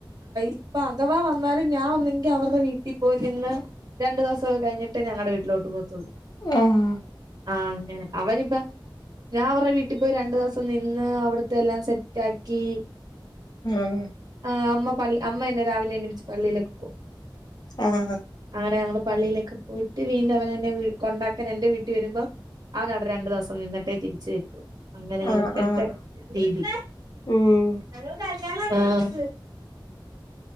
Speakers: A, on the right (about 50°); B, on the left (about 55°).
A: ഇപ്പൊ അഥവാ വന്നാലും ഞാൻ ഒന്നെങ്കി അവരുടെ വീട്ടിൽ പോയി നിന്ന് രണ്ട് ദിവസോക്കെ കഴിഞ്ഞിട്ടേ ഞങ്ങടെ വീട്ടിലോട്ട് പോകത്തുള്ളൂ
B: ആഹ്
A: ആഹഉ അങ്ങനെ അവനിപ്പ ഞാൻ അവരുടെ വീട്ടിൽ പോയി രണ്ടു ദിവസം നിന്ന് അവിടുത്തെ എല്ലാം സെറ്റ് ആക്കി
B: ആഹ്
A: ആഹ് അമ്മ, അമ്മ എന്നെ രാവിലെ എണീപ്പിച്ച് പള്ളിയിലേക്ക് പോവും
B: ആഹ്
A: അങ്ങനെ ഞങ്ങള് പള്ളിയിലൊക്കെ പോയിട്ട് വീണ്ടും അവനെന്നെ കൊണ്ടാക്കാൻ എൻന്റെ വീട്ടിൽ വരുമ്പോം അവനവിടെ രണ്ടു ദിവസം നിന്നിട്ടേ തിരിച്ചു എത്തു അങ്ങനെയാണ്
B: ആഹ്
A: ഇപ്പോഴത്തെ
B: ആഹ്
A: രീതി
B: ഉം
A: ആഹ്